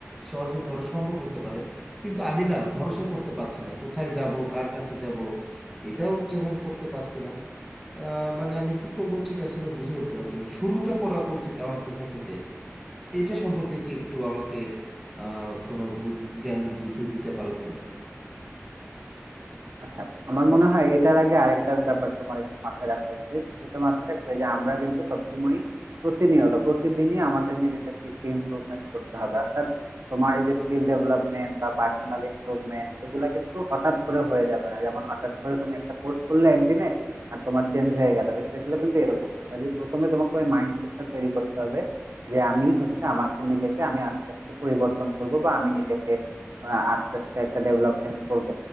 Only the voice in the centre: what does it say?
সে অর্জন করা সম্ভব হতে পারে কিন্তু আমি না ভরসা করতে পারছি না কোথায় যাব কার কাছে যাব এটাও যেমন করতে পারছি না আহ, মানে আমি কি করব ঠিক আসলে বুঝে উঠতে পারছি না শুরুটা করা উচিত আমার কোথা থেকে এটা সম্পর্কে কি একটু আমাকে আহ, কোনো বু- জ্ঞান বুদ্ধি দিতে পারো কিনা